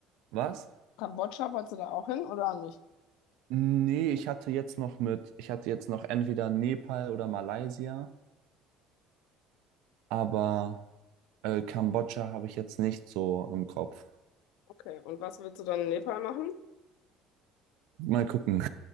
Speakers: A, on the right (about 75°); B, on the left (about 80°).
A: was?
B: Kambodscha, wolltest du da auch hin oder nicht?
A: Nee, ich hatte jetzt noch mit, ich hatte jetzt noch entweder Nepal oder Malaysia, aber äh, Kambodscha habe ich jetzt nicht so im Kopf.
B: Okay, und was willst du dann in Nepal machen?
A: Mal gucken.